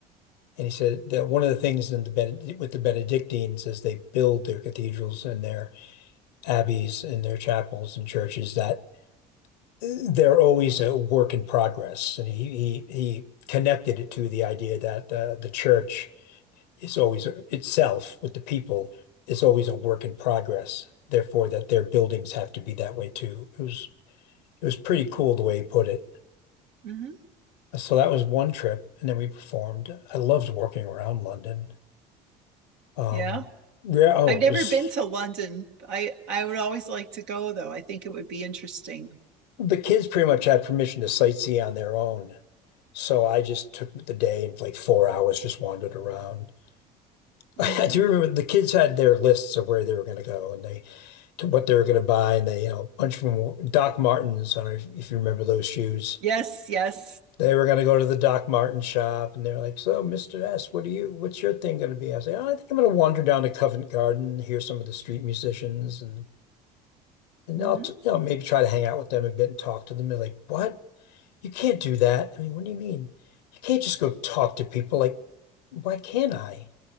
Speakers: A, on the left; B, on the right.
A: And he said that one of the things in the Bened with the Benedictines as they build their cathedrals and their abbeys and their chapels and churches that they're always a work in progress. And he he he connected it to the idea that uh, the church is always itself with the people is always a work in progress. Therefore, that their buildings have to be that way too. It was it was pretty cool the way he put it.
B: Mm-hmm.
A: So that was one trip, and then we performed. I loved working around London. Um,
B: Yeah.
A: yeah, oh,
B: I've never
A: it's,
B: been to London. I I would always like to go though. I think it would be interesting.
A: the kids pretty much had permission to sightsee on their own. So I just took the day and like four hours just wandered around. <laughs> I
B: Mm-hmm.
A: do remember the kids had their lists of where they were going to go and they to what they were going to buy and they you know a bunch of them Doc Martens. I don't know if, if you remember those shoes.
B: Yes, yes.
A: They were going to go to the Doc Marten shop and they are like, "So, Mr. S, what do you what's your thing going to be?" I say, "Oh, I think I'm going to wander down to Covent Garden, hear some of the street musicians and." And
B: Mm-hmm.
A: I'll, t- you know, maybe try to hang out with them a bit and talk to them. They're like, what? You can't do that. I mean, what do you mean? You can't just go talk to people. Like, why can't I?